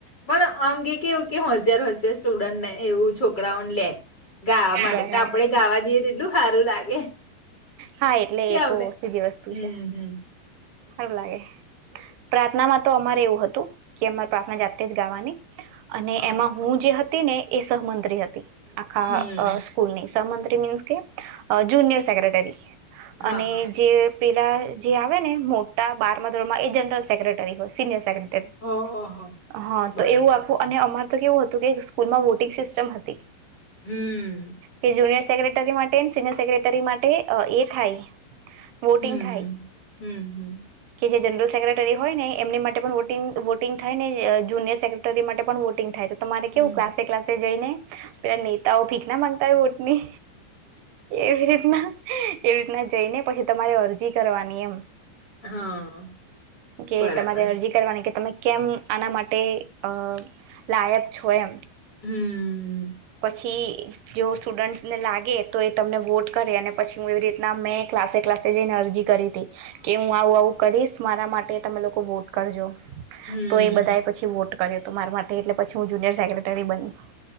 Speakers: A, on the left; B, on the right.
A: પણ અંગે કેવું કે હોશિયાર હોશિયાર સ્ટુડન્ટને એવું છોકરાઓને લે. ગાવા માટે
B: બરાબર
A: તો આપડે ગાવા જઈએ તેટલું હારું લાગે
B: હા એટલે
A: કે
B: એ
A: આપણે
B: તો સી ધી વસ્તુ
A: હમ
B: છે.
A: હમ
B: હારુ લાગે પ્રાર્થનામાં તો અમારે એવું હતું કે અમારે પ્રાર્થના જાતે જ ગાવાની. અને
A: હા
B: એમાં હું જે હત તી ને એ સહમંત્રી હતી. આખા
A: હમ
B: અ સ્કૂલની સહમંત્રી મીન્સ કે અ જુનિયર સેક્રેટરી.
A: હા
B: અને
A: હા
B: જે પેલા જે આવે ને મોટા બારમાં ધોરણમાં એ જનરલ સેક્રેટરી હોય સિનયર સેક્રેટરી. રી તે
A: ઓહો
B: હા
A: બરાબર
B: તો એવું આખું અને અમારુ તો કેવું હતું કે સ્કૂલમાં વોટિંગ સિસ્ટમ હતી.
A: હમ્મ.
B: કે જુનિયર સેક્રેટરી માટેય ને સિનિયર સેક્રેટરી માટે ટે અ એ થાય વોટિંગ
A: હમ
B: થાય.
A: હમ હમ હમ
B: કે જે જનરલ સેક્રેટરી હોય ને એમની માટે પણ વોટિંગ વોટિંગ થાય ને અ જુનિયર સેક્રેટરી માટે પણ વોટિંગ થાય તો તમારે
A: હમ.
B: કેવું ક્લાસે ક્લાસે જઈને પેલા નેતાઓ ભીખ ના માંગતા હોય વોટ ની એવી રીતના એ રીતના જઈને પછી તમારે અરજી કરવાની એમ
A: હા
B: કે
A: બરાબર
B: તમારે અરજી કરવાની કે તમે કેમ આના માટે અ લાયક છો એમ.
A: હમ
B: પછી જો સ્ટુડન્ટ્સને લાગે તો એ તમને વોટ કરે અને પછી હું એવી રીતના મેં ક્લાસે ક્લાસે જઈને અરજી કરી હતી. કે હું આવું આવું કરીશ મારા માટે તમે લોકો વોટ કરજો.
A: હમ
B: તો એ બધાએ પછી વોટ કર્યો તો માર માટે એટલે પછી હું જુનિયર સેક્રેટરી બની.